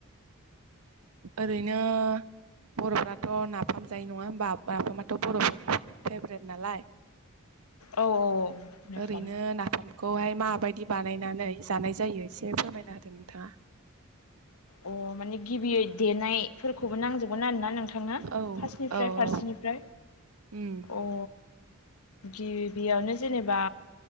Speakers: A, on the right (about 85°); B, on the left (about 90°).
A: ओरैनो बर'फ्राथ' नाफाम जायो नङा होमबा नाफामाथ' बर'फोरनि फेभ्रेट नालाय
B: औ औ नाफाम
A: ओरैनो नाफामखौहाय मा बायदि बानायनानै जानाय जायो एसे फोरमायना होदो नोंथाङा
B: अ माने गिबियै देनायफोरखौबो नांजोब गोन आरोना नोंथां ना
A: औ
B: फार्स्टनिफ्राय
A: औ
B: फारसेनिफ्राय
A: औ उम
B: अ गिबियावनो जेनेबा